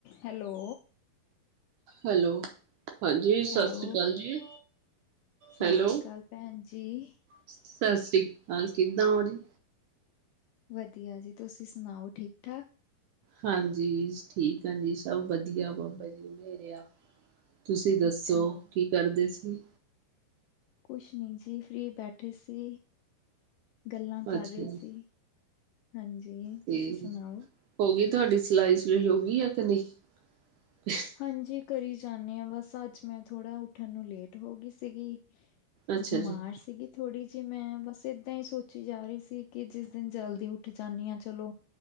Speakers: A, on the left; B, on the right.
A: ਹੈਲੋ।
B: ਹੈਲੋ। ਹਾਂਜੀ, ਸਤਿ
A: ਹੈਲੋ
B: ਸ੍ਰੀ ਅਕਾਲ ਜੀ।
A: ਸਤਿ
B: ਹੈਲੋ,
A: ਸ਼੍ਰੀ ਅਕਾਲ ਭੈਣ ਜੀ।
B: ਸਤਿ ਸ੍ਰੀ ਅਕਾਲ, ਕਿਦਾਂ ਹੋ ਜੀ?
A: ਵਧੀਆ ਜੀ, ਤੁਸੀਂ ਸੁਣਾਓ ਠੀਕ- ਠਾਕ।
B: ਹਾਂਜੀ, ਠੀਕ ਆ ਜੀ। ਸਭ ਵਧੀਆ ਬਾਬਾ ਜੀ ਉੇਰੇ ਆ। ਤੁਸੀਂ ਦੱਸੋ,
A: ਅੱਛਾ
B: ਕੀ ਕਰਦੇ ਸੀ?
A: ਕੁਛ ਨੀ ਜੀ, ਫ੍ਰਰੀ ਬੈਠੇ ਸੀ ਗੱਲਾਂ ਕਰ
B: ਅੱਛਾ
A: ਰਹੇ ਸੀ।
B: ਜੀ
A: ਹਾਂਜੀ,
B: ਤੇ
A: ਤੁਸੀਂ ਸੁਣਾਓ?
B: ਹੋ ਗਈ ਤੁਹਾਡੀ ਸਿਲਾਈ- ਸੁਲਾਈ ਹੋ ਗਈ ਆ, ਕਿ ਨਹੀਂ।
A: ਹਾਂਜੀ, ਕਰੀ ਜਾਂਦੇ ਹਾਂ ਬਸ। ਅੱਜ ਮੈਂ ਥੋੜਾ ਉੱਠਣ ਨੂੰ, ਲੇਟ ਹੋ ਗਈ ਸੀਗੀ।
B: ਅੱਛਾ
A: ਬਿਮਾਰ
B: ਜੀ
A: ਸੀਗੀ। ਥੋੜੀ ਜਿਹੀ ਮੈਂ, ਬਸ ਏਦਾਂ ਹੀ ਸੋਚੀ ਜਾ ਰਹੀ ਸੀ। ਕਿ ਜਿਸ ਦਿਨ, ਜਲਦੀ ਉੱਠ ਜਾਂਦੀ ਹਾਂ ਚਲੋ।